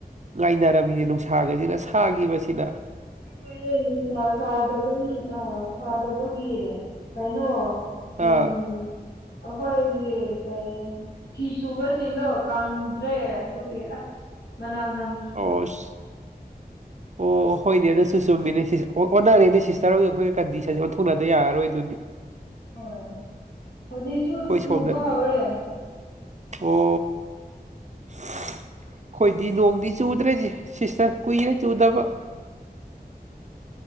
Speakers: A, on the right; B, on the left.
A: ꯉꯥꯏꯅꯔꯕꯅꯤꯅꯦ ꯅꯨꯡꯁꯥꯒꯁꯤꯅ ꯁꯥꯒꯤꯕꯁꯤꯅ
B: ꯑꯩꯈꫭꯏꯅ ꯅꯨꯡꯁꯥ ꯁꯥꯗꯕꯅꯤ ꯑ ꯁꯥꯗꯕꯒꯤ ꯀꯩꯅꯣ
A: ꯑꯥ
B: ꯎꯝ ꯑꯩꯈꯣꯏꯒꯤ ꯀꯩ ꯐꯤ ꯁꯨꯕꯁꯤꯡꯗꯣ ꯀꯪꯗ꯭ꯔꯦ ꯑꯗꯨꯒꯤ ꯑꯁ ꯃꯅꯝ ꯅꯝ
A: ꯑꯣꯁ ꯑꯣ ꯍꯣꯏꯅꯦ ꯑꯗꯨꯁꯨ ꯆꯨꯝꯃꯤꯅꯦ ꯁꯤ ꯍꯣꯏ ꯑꯣꯟꯅꯔꯦꯅꯦ ꯁꯤꯁꯇꯔꯗꯤ ꯑꯩꯈꯣꯏꯒ ꯀꯟꯗꯤꯁꯟꯖꯦ ꯑꯣꯟꯊꯣꯛꯅꯗ ꯌꯥꯔꯣꯏ ꯑꯗꯨꯗꯤ
B: ꯍꫭꯏ ꯍꯧꯖꯤꯛꯁꯨ
A: ꯑꯩꯈꯣꯏ
B: ꯆꯨꯕ
A: ꯁꯣꯝꯗ
B: ꯍꯧꯔꯦ
A: ꯑꯣ ꯑꯩꯈꯣꯏꯗꯤ ꯅꯣꯡꯗꯤ ꯆꯨꯗ꯭ꯔꯦꯖꯦ ꯁꯤꯁꯇꯔ ꯀꯨꯏꯔꯦ ꯆꯨꯗꯕ